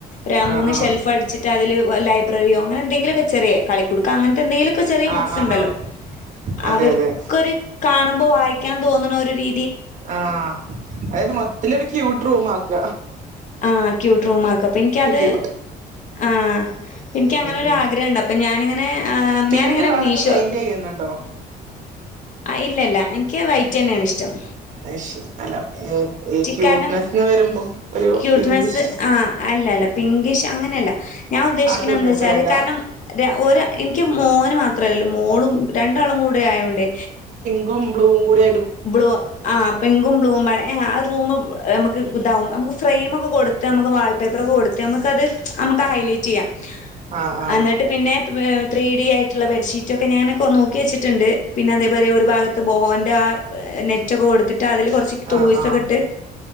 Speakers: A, on the left; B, on the right.
A: ര
B: ആഹ്
A: മൂന്ന്
B: ആഹ്
A: ഷെൽഫ് അടിച്ചിട്ട് അതില് ലൈബ്രറിയോ അങ്ങനെ എന്തെങ്കിലൊക്കെ ചെറ്യേ കളിക്കുടുക്ക അങ്ങൻത്തെന്തേലൊക്കെ ചെറിയ
B: ആഹ്
A: ബുക്സ്
B: ആഹ്
A: ണ്ടല്ലോ
B: ആഹ് അതെ
A: അവർക്കൊരു
B: അതെ
A: കാണുമ്പോ വായി ക്കാൻ തോന്ന്ണ ഒര് രീ
B: ആഹ് അതായത് മൊത്തത്തിലൊരു ക്യൂട്ട് റൂം മാക്ക
A: ആ ക്യൂട്ട് റൂമാക്കാ പ്പൻക്കത്
B: ക്യൂട്ട്
A: ആഹ് പ്പ ഇൻക്ക് അങ്ങനൊരാഗ്രഹണ്ട്
B: ഉം ഉം
A: അപ്പൊ ഞാനിങ്ങനെ ആ
B: പിങ്ക്
A: ഞാനിങ്ങനെ
B: കളറൊക്കെ
A: മീഷോ
B: പെയിന്റ് ചെയ്യുന്നുണ്ടോ
A: ആ ഇല്ലല്ല ഇൻക്ക് വൈറ്റെന്നേണിഷ്ടം.
B: അഅ് ശെരി അ് ഈ ക്യൂട്ട്നെസ്ന്ന്
A: കാരണം
B: വരുമ്പോ ഒരു
A: ക്യൂട്ട്നെസ്സ്
B: പിങ്കിഷ്
A: ആ അല്ലല്ല പിങ്കിഷ് അങ്ങനെല്ല ഞാൻ ഉദ്ദേശിക്ക്ണെ
B: ആ ക്യൂട്ട്നെസ്
A: എന്താച്ചാല്
B: വേണ്ട
A: കാരണം ര ഒരാ ഇൻക്ക് മോന് മാത്രല്ലല്ലോ മോളും രണ്ടാളും കൂടെ ആയോണ്ടേ
B: ങ്കും ബ്ലൂ കൂടിയ
A: ബ്ലൂ ആ പിങ്കും ബ്ലൂവും പാടെ ഏ അഅ് റൂമ് അമ്മക്ക് ഇതാവും നമക്ക് ഫ്രയ്മ് ക്കെ കൊട്ത്ത് അമ്മക്ക് വാൾ പേപ്പറൊക്കെ കൊട്ത്ത് നമുക്കത് നമുക്ക് ഹൈലൈറ്റെയ്യാം
B: ആഹ് ആഹ്
A: അന്നിട്ട് പിന്നെ വെ ത്രീ ഡി ആയിട്ടുള്ള ബെഡ്ഷീറ്റൊക്കെ ഞാന് കൊ നോക്കി വെച്ചിട്ട്ണ്ട് പിന്നെ അതേപോലെ ഒരു ഭാഗത്ത് ബോഹോൻ്റ ആ നെറ്റൊക്കെ കൊട്ത്തി ട്ടതില്കൊറച്ച് ടോയ്‌സൊക്കെ
B: ആഹ് ആഹ്
A: ഇട്ട്